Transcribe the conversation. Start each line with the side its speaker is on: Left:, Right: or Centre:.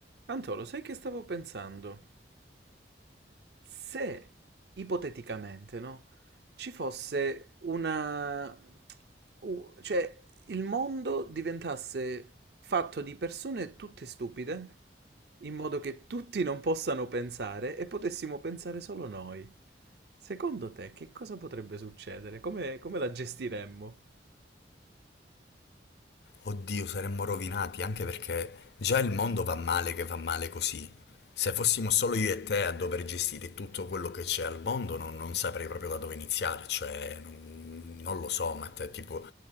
Right: Antolo, sai che stavo pensando? Se, ipoteticamente, no, ci fosse una... u- cioè, il mondo diventasse fatto di persone tutte stupide, in modo che tutti non possano pensare e potessimo pensare solo noi. Secondo te, che cosa potrebbe succedere? Come, come la gestiremmo?
Left: Oddio, saremmo rovinati anche perché già il mondo va male che va male così. Se fossimo solo io e te a dover gestire tutto quello che c'è al mondo, non, non saprei proprio da dove iniziare, cioè non, non lo so, ma te, tipo